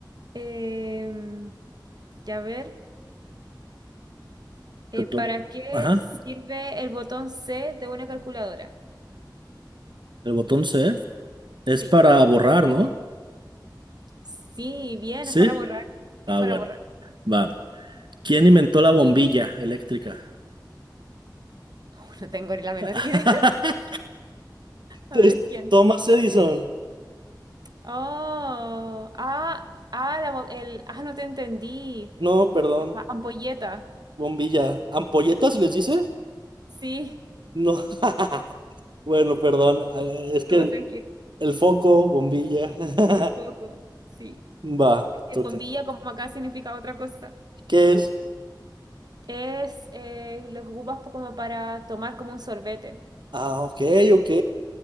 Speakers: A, on the right; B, on the right.
A: Em, Ya ver. Eh,
B: Te to-
A: ¿para qué
B: Ajá.
A: sirve el botón C de una calculadora?
B: El botón C es
A: Sí,
B: para borrar, ¿no?
A: sí, bien,
B: Sí.
A: es para borrar.
B: Ah,
A: Es para
B: bueno.
A: borrar.
B: Va. ¿Quién inventó la bombilla eléctrica?
A: <laughs> No tengo ni la menor
B: <laughs>
A: idea. <laughs> A
B: Es
A: ver quién.
B: Thomas Edison.
A: Oh, ah, ah, la bo- el, ah, no te entendí.
B: No, perdón.
A: La ampolleta.
B: Bombilla. ¿Ampolletas les dice?
A: Sí,
B: No. <laughs> Bueno, perdón. Ah, Es que
A: <laughs> no, tranquilo.
B: el foco, bombilla. <laughs>
A: El foco, sí.
B: Va, te
A: El
B: toca.
A: bombilla, como acá, significa otra cosa.
B: ¿Qué es?
A: Es eh, lo que ocupas pa- como para tomar como un sorbete.
B: Ah, ok, ok.